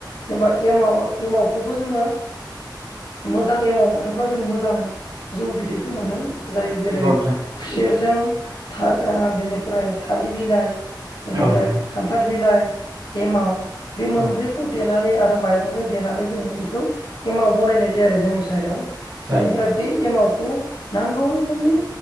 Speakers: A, on the left; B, on the right.
A: जेनेबा एमावा एमावखौबो जोङो मोजां एमाव मोनोब्ला जों मोजां जौ बिदैखौ मोनो। जाय जेरै
B: नंगौ नोंथां
A: खुसेर जों धागा बेनिफ्राय थालिर बिलाइ बेनिफ्राय
B: औ नोंथां
A: खान्थाल बिलाइ एमाव बे मोनब्रैखौ
B: औ नोंथां
A: देनानै आरो माइरंजों देनानै जोङो बेखौ एमाव बनायनाय जायो आरो जोंनि साइदआव।
B: जायो
A: बेनिफ्राय बे एमावखौ। नांगौ रोखोमनि